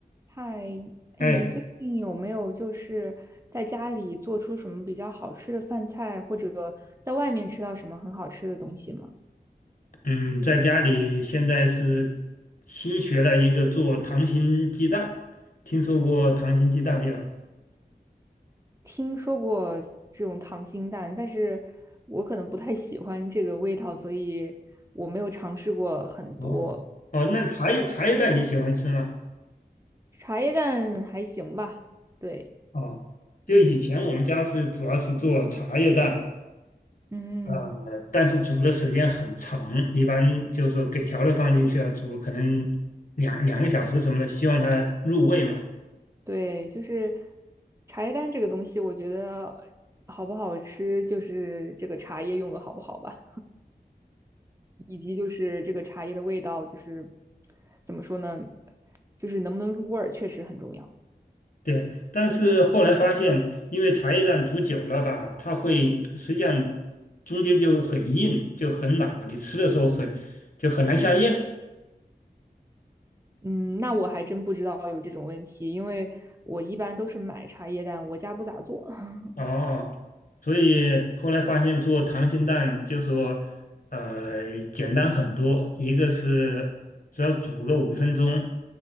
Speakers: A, on the right; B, on the left.
A: 嗨，哎你最近有没有就是在家里做出什么比较好吃的饭菜，
B: 哎，
A: 或者在外面吃到什么很好吃的东西吗？
B: 嗯，在家里现在是新学了一个做糖心鸡蛋，听说过糖心鸡蛋没有？
A: 听说过这种糖心蛋，但是我可能不太喜欢这个味道，所以我没有尝试过很多。
B: 哦哦，那茶叶茶叶蛋你喜欢吃吗？
A: 茶叶蛋还行吧，对，
B: 哦就以前我们家是主要是做茶叶蛋，
A: 嗯嗯，
B: 啊，但是煮的时间很长，一般就是说给调料放进去啊，煮可能两两个小时什么的，希望它入味嘛。
A: 对，就是茶叶蛋这个东西，我觉得好不好吃，就是这个茶叶用的好不好吧。以及就是这个茶叶的味道，就是怎么说呢，就是能不能入味儿，确实很重要。
B: 对，但是后来发现，因为茶叶蛋煮久了吧，它会实际上中间就很硬，就很老，你吃的时候会就很难下咽。
A: 嗯，那我还真不知道有这种问题，因为我一般都是买茶叶蛋，我家不咋做。<laughs>
B: 哦，所以后来发现做溏心蛋就说，呃，简单很多。一个是只要煮个五分钟，